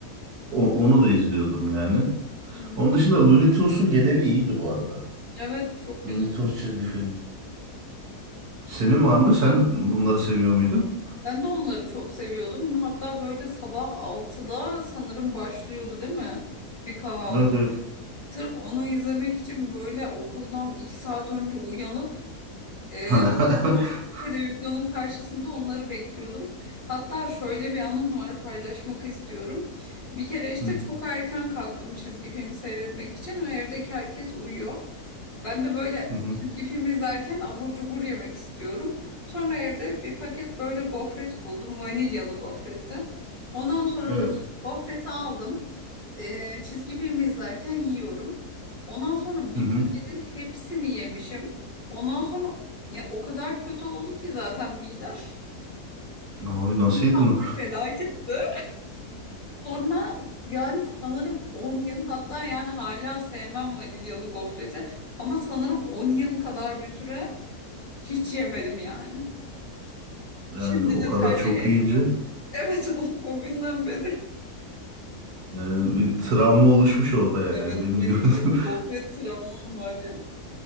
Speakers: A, on the right; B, on the left.
A: O- onu da izliyordum yani.
B: hmm.
A: Onun dışında Looney Tunes'un geneli iyiydi bu arada.
B: Evet, çok güzel.
A: Looney Tunes çizgi filmi. Senin var mı? Sen bunları seviyor muydun?
B: Ben de onları çok seviyordum. Hatta böyle sabah altıda sanırım başlıyordu, değil mi? Bir kanalda.
A: Evet evet.
B: Sırf onu izlemek için böyle okuldan 2 saat önce uyanıp Ee,
A: <laughs>
B: televizyonun karşısında onları bekliyordum. Hatta şöyle bir anım var paylaşmak istiyorum. Bir kere işte
A: Hı,
B: çok erken kalktım çizgi film seyretmek için ve evdeki herkes uyuyor. Ben de böyle
A: hı hı.
B: çizgi film izlerken abur cubur yemek istiyorum. Sonra evde bir paket böyle gofret buldum. Vanilyalı gofretti. Ondan sonra
A: Evet.
B: böyle gofreti aldım. Ee, çizgi film izlerken yiyorum. Ondan sonra bir
A: Hı hı.
B: paketin hepsini yemişim. Ondan sonra ya o kadar kötü oldu ki zaten midem
A: Abi nasıl
B: <laughs>
A: yedin
B: tam
A: o?
B: bir felaketti. Sonra yani sanırım on yıl hatta yani hala sevmem vanilyalı gofreti ama sanırım 10 yıl kadar bir süre hiç yemedim yani.
A: Yani
B: Şimdi
A: o
B: de
A: kadar
B: tercih
A: çok
B: ettim.
A: yiyince
B: Evet <laughs> o, o günden beri.
A: yani bir travma oluşmuş orada yani
B: Evet
A: benim
B: vanilyalı
A: gördüğüm.
B: gofret travmam var yani.